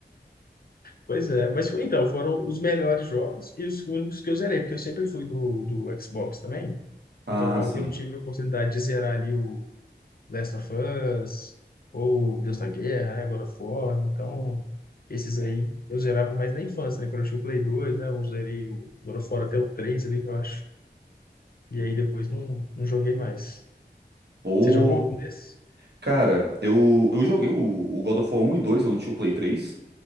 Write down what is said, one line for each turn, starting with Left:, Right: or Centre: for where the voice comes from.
Left: Pois é, mas foi- então, foram os melhores jogos e os únicos que eu zerei, porque eu sempre fui do, do Xbox também.
Right: Ah,
Left: Então acabou
Right: sim.
Left: que eu não tive a oportunidade de zerar ali o Last of Us, ou Deus da Guerra, né? God of War. Então, esses aí eu zerava mais na infância, né? Quando eu tinha o Play 2, né? Eu zerei o God of War até o 3 ali, eu acho. E aí depois não, não joguei mais.
Right: Pô.
Left: Você jogou algum desses?
Right: Cara, eu, eu joguei o, o God of War 1 e 2, eu não tinha o Play 3.